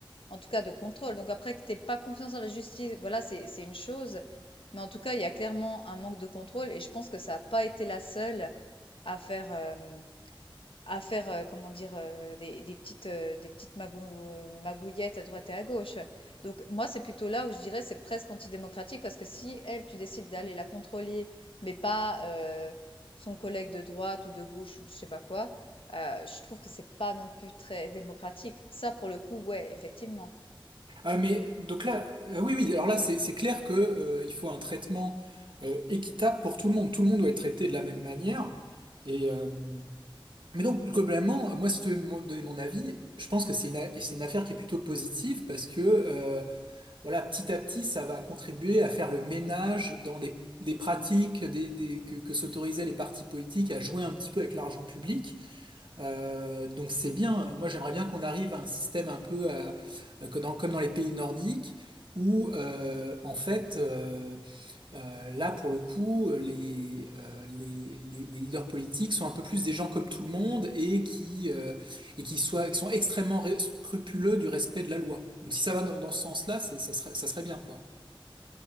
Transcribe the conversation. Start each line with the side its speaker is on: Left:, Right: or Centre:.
Left: en tout cas de contrôle. Donc après que t'aies pas confiance en la justice, voilà, c'est c'est une chose. Mais en tout cas, il y a clairement un manque de contrôle et je pense que ça a pas été la seule à faire, hem à faire, heu, comment dire, heu, des des petites, heu, des petites magou heu, magouillettes à droite et à gauche. Donc moi, c'est plutôt là où je dirais c'est presque antidémocratique parce que si elle, tu décides d'aller la contrôler, mais pas, heu, son collègue de droite ou de gauche ou je sais pas quoi, heu, je trouve que c'est pas non plus très démocratique. Ça, pour le coup, ouais, effectivement.
Right: Ah mais donc là, euh, oui oui, alors là c'est c'est clair que euh, il faut un traitement euh, équitable pour tout le monde. Tout le monde doit être traité de la même manière. Et euh, mais donc globalement, moi si tu veux me donner mon avis, je pense que c'est une a- c'est une affaire qui est plutôt positive parce que euh, voilà petit à petit ça va contribuer à faire le ménage dans des des pratiques des, des que, que s'autorisaient les partis politiques à jouer un petit peu avec l'argent public. Euh, donc c'est bien. Moi j'aimerais bien qu'on arrive à un système un peu à- que dans- comme dans les pays nordiques où euh, en fait euh, euh, là pour le coup les, euh, les, les- les leaders politiques sont un peu plus des gens comme tout le monde et qui euh, et qui soient qui sont extrêmement ré- scrupuleux du respect de la loi. Donc si ça va dans, dans ce sens-là, c'est- ça serait ça serait bien quoi.